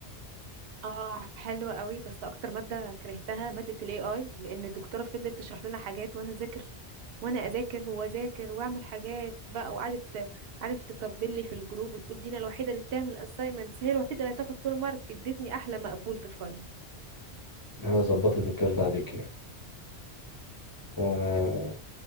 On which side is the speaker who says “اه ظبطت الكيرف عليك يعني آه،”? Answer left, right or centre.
Left